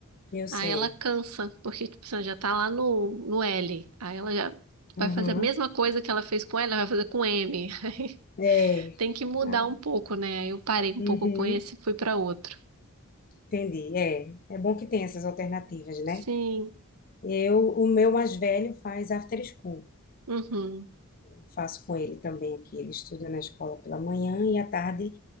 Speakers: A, on the left; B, on the right.
A: eu
B: Aí
A: sei.
B: ela cansa, porque tipo, você já tá lá no, no L. Aí ela já
A: Uhum,
B: vai fazer a mesma coisa que ela fez com L, ela vai fazer com M. <laughs> Aí
A: é.
B: tem que mudar
A: Ah,
B: um pouco, né? Aí Eu parei um
A: Uhum,
B: pouco com esse e fui para outro.
A: entendi. É, é bom que tem essas alternativas,
B: Sim.
A: né? Eu, o meu mais velho faz after school.
B: Uhum.
A: Eu faço com ele também aqui. Ele estuda na escola pela manhã e à tarde